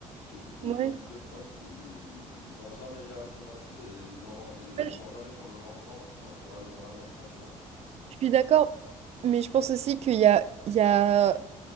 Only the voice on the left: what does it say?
Et du coup,
ils ne prennent, ils vont jamais réagir là-dessus, et ils n'auront- ils
ne
vont jamais prendre leur enfant euh, pour aller voir un médecin, tu vois.